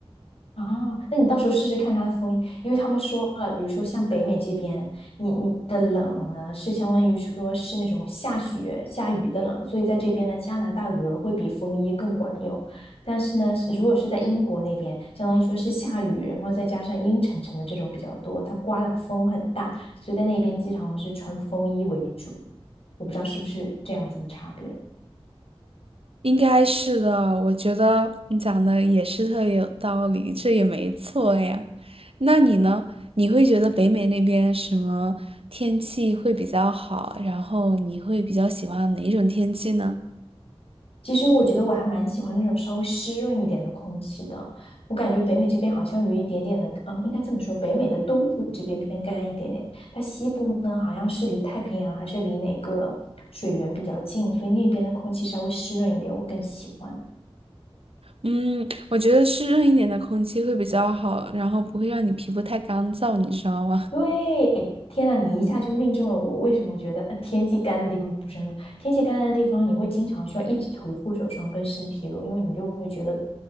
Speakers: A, on the left; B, on the right.
A: 啊，那你到时候试试看它的风衣，因为他们说了，比如说像北美这边，你你的冷呢是相当于说是那种下雪下雨的冷，所以在这边呢，加拿大鹅会比风衣更管用。但是呢，是如果是在英国那边，相当于说是下雨，然后再加上阴沉沉的这种比较多，它刮的风很大，所以在那边经常是穿风衣为主。我不知道是不是这样子的差别。
B: 应该是的，我觉得你讲的也是特别有道理，这也没错呀。那你呢？你会觉得北美那边什么天气会比较好？然后你会比较喜欢哪一种天气呢？
A: 其实我觉得我还蛮喜欢那种稍微湿润一点的空气的。我感觉北美这边好像有一点点的，嗯，应该这么说，北美的东部这边偏干一点点，它西部呢好像是离太平洋还是离哪个水源比较近，所以那边的空气稍微湿润一点，我更喜欢。
B: 嗯，我觉得湿润一点的空气会比较好，然后不会让你皮肤太干燥，你知道吗？
A: 对，天呐，你一下就命中了我。为什么觉得呃天气干的地方不是很好？天气干的地方，你会经常需要一直涂护手霜跟身体乳，因为你就会觉得